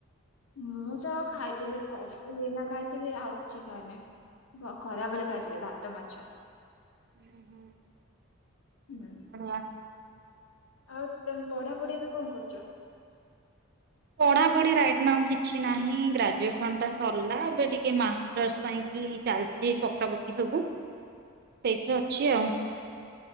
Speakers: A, on the left (about 80°); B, on the right (about 50°).
A: ମୁଁ ତ ଖାଇଥିଲି କଫି ଏଇନା ଖାଇଥିଲି ଆଉ କିଛି ଖାଇନି। ଖରାବେଳେ ଖାଇଥିଲି ଭାତ ମାଛ।
B: ହୁଁ ହୁଁ
A: ହୁଁ।
B: ବଢିଆ।
A: ଆଉ ତମେ ପଢା ପଢି ଏବେ କଣ କରୁଛ।
B: ପଢା ପଢି ରାଇଟ ନାଓ କିଛି ନାହିଁ ଗ୍ରାଜୁଏସନ ଟା ସରିଲା ଏବେ ଟିକେ ମା <unintelligible> ପାଇଁ କି ଚାଲିଛି ପକାପକି ସବୁ ସେଇଥିରେ ଅଛି ଆଉ।